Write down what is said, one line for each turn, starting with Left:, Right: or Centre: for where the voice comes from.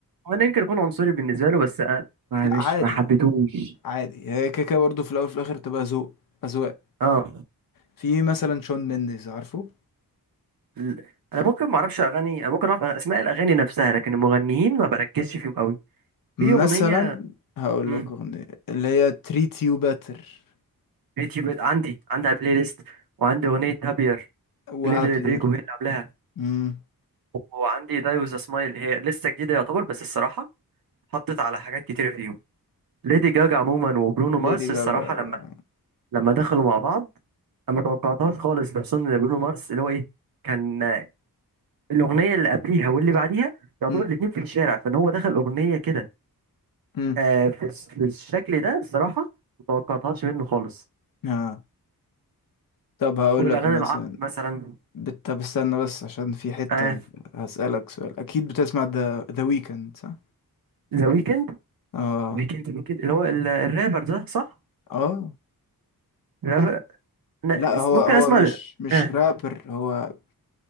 Right: هو أنا يمكن أكون عنصري بالنسبة له بس أنا ما
Left: لا
Right: مش
Left: عادي
Right: ما حبيتهوش
Left: عادي هي كيكه برضه في الاول وفي الاخر تبقى ذوق اذواق
Right: أه
Left: ففي مثلا شون مينديز عارفه
Right: ال- أنا ممكن ما أعرفش أغاني أنا ممكن أعرف أسماء الأغاني نفسها لكن المغنيين ما بركزش فيهم أوي
Left: مثلا
Right: في أغنية
Left: هقول
Right: امم
Left: لك اغنيه اللي هي تريت يو باتر
Right: يوتيوب عندي عندي على البلاي ليست وعندي أغنية هابير
Left: وهابير
Right: ليفي رودريجو هي اللي عاملاها
Left: امم
Right: وعندي داي وذ سمايل هي لسه جديدة يعتبر بس الصراحة حطت على حاجات كتير فيهم ليدي جاجا عموما وبرونو
Left: ليدي
Right: مارس
Left: جاجا
Right: الصراحة لما لما دخلوا مع بعض أنا ما توقعتهاش خالص خصوصا إن برونو مارس اللي هو إيه كان آه، الأغنية اللي قبليها واللي بعديها يعتبر
Left: امم
Right: الاتنين في الشارع فإن هو دخل أغنية كده
Left: امم
Right: آه، في الس- في الشكل ده الصراحة ما توقعتهاش منه خالص
Left: آه. طب هقول
Right: والأغاني
Left: لك مثلا
Right: العربي مثلا
Left: بت- طب استنى بس عشان في حته
Right: آه
Left: هسألك سؤال اكيد بتسمع ذا ذا ويكند صح
Right: ذا ويكند
Left: اه
Right: ويكند ويكند اللي هو ال- الرابر ده صح؟
Left: اه
Right: الرابر انا
Left: لا
Right: اس-
Left: هو
Right: ممكن
Left: هو
Right: اسمع
Left: مش مش
Right: آه،
Left: رابر هو